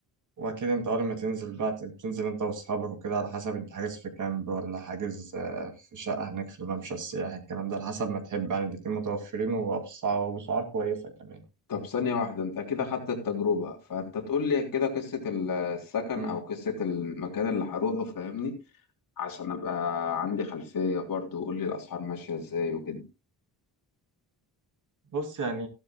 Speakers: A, on the right (about 50°); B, on the left (about 55°).
A: واكيد انت اول ما تنزل بقى بتنزل انت واصحابك وكده على حسب انت حاجز في كامب ولا حاجز آه، في شقة هناك في الممشى السياحي الكلام ده على حسب ما تحب يعني الاتنين متوفرين وبأسعار وبأسعار كويسة كمان
B: طب ثانية واحدة انت كده خدت التجربة فانت تقول لي كده قصة ال- السكن
A: مم.
B: او قصة المكان اللي هروحه فاهمني عشان ابقى عندي خلفية برضو وقول لي الاسعار ماشية ازاي وكده
A: بص يعني